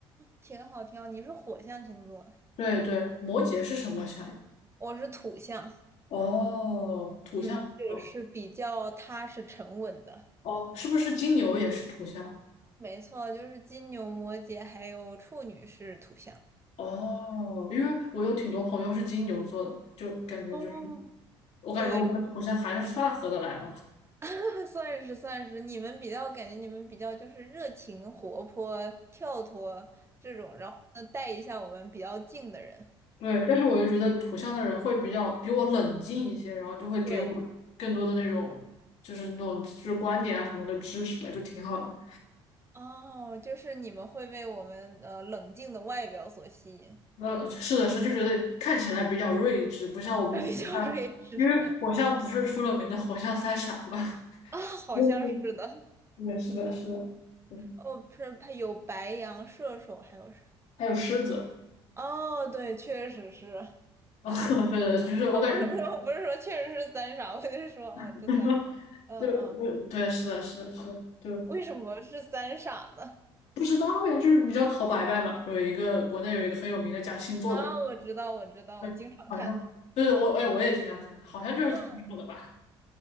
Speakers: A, on the right; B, on the left.
A: 挺好挺好。你是火象星座，
B: 对对，摩羯是什么象呀？
A: 我是土象，
B: 哦，土象，
A: 嗯，就是比较踏实沉稳的。
B: 哦，哦，是不是金牛也是土象？
A: 没错，就是金牛、摩羯还有处女是土象。
B: 哦，因为我有挺多朋友是金牛座的，就感觉就是，
A: 哦，
B: 我感觉我跟土象还是算合得来吧。
A: 对。<laughs> 算是算是，你们比较感觉你们比较就是热情、活泼、跳脱这种，然后呢带一下我们比较静的人。
B: 对，但是我又觉得土象的人会比较比我冷静一些，然后就会给我更多的那种就是那种就是观点啊什么的支持吧，
A: 对，
B: 就挺好的。
A: 哦，就是你们会被我们呃冷静的外表所吸引，
B: 那是的是，就觉得看起来比较睿智，不像我们火象，
A: <laughs> 比较睿智
B: 因为火象不是出了名的火象三傻嘛。<laughs>
A: 啊，好像是的。
B: 嗯对，是的，是的，嗯，
A: 哦，不是，他有白羊、射手，还有啥？
B: 还有狮子，<laughs>
A: 哦，对，确实是。
B: 啊，
A: 嗯，
B: 对对，就是我感觉，
A: 哦，不是不是，我不是说确实是三傻，我就说哦，
B: <laughs>
A: 这三个，嗯嗯，
B: 就我对，是的，是的，是的，就
A: 为什么是三傻呢？
B: 不知道呀，就是你知道陶白白嘛，就有一个国内有一个很有名的讲星座的人。
A: 啊，我知道，我知道，
B: 对，
A: 我经常看他。
B: 好像对对，我哎，我也经常看，好像就是他说的吧，
A: 嗯，